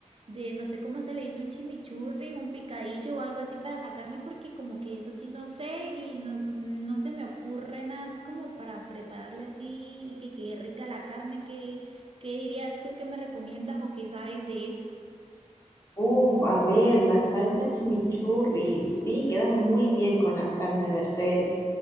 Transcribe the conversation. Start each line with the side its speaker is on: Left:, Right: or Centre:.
Right: de no sé cómo se le dice, un chimichurri, un picadillo o algo así para la carne, porque como que eso sí no sé y no, no se me ocurre nada así como para prepararle así y que quede rica la carne. ¿Qué, qué dirías tú ¿Qué me recomiendas o qué sabes de eso?
Left: Uf, a ver, la salsa chimichurri, sí, queda muy bien con la carne de res